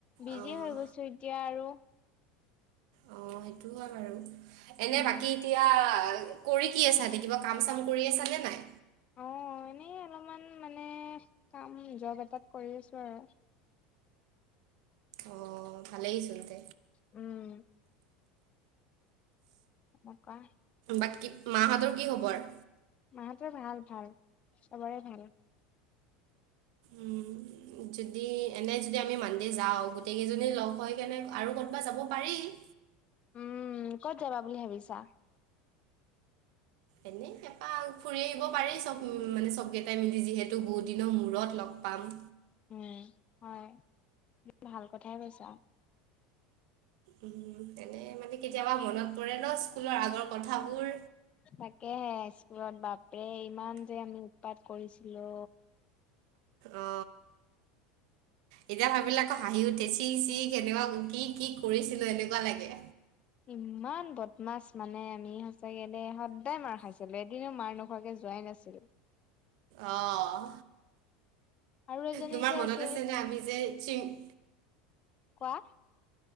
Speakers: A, on the left (about 30°); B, on the right (about 70°).
A: বিজি
B: অ'
A: হৈ গৈছো এতিয়া আৰু
B: অ সেইটো হয় বাৰু এনে
A: উম
B: বাকী এতিয়া কৰি কি আছা কিবা কাম চাম কৰি আছা নে নাই।
A: অ এনেই অলপমান মানে কাম জব এটাত কৰি আছো আৰু-
B: অ ভালেই চোন দে
A: উম এনেকা
B: বাকী মাহঁতৰ কি খবৰ?
A: মাহত ভাল ভাল চবৰে ভাল-
B: উম যদি এনে যদি আমি মানদে যাও গোটেই কেইজনী লগ হৈ কেনে আৰু ক'তবা যাব পাৰি। <unintelligible>
A: উম ক'ত যাবা বুলি ভাবিছা।
B: এনেই এ- পাক ফুৰি আহিব পাৰি চব মানে চবকেইটাই মিলি যিহেতু বহুত দিনৰ মূৰত লগ পাম
A: উম হয় ভাল কথাই কৈছা
B: উ তেনে মানে কেতিয়াবা মনত পৰে ন স্কুলৰ আগৰ কথাবোৰ
A: তাকেহে স্কুলত বাপৰে ইমান যে আমি উৎপাত কৰিছিলো
B: অ এতিয়া ভাবিলে পাই আকৌ হাঁহি উঠে চি চি কেনেকোৱা কি কি কৰিছিলো এনেকোৱা লাগে
A: ইমান বদমাছ মানে আমি সচাকে দেই সদায় মাৰ খাইছিলো এদিনো মাৰ নোখোৱাকে যোৱাই নাছিল
B: অহ
A: আৰু এজনী
B: তোমাৰ
A: যে
B: মনত
A: আছিল
B: আছে নে আমি যে চিং
A: কোৱা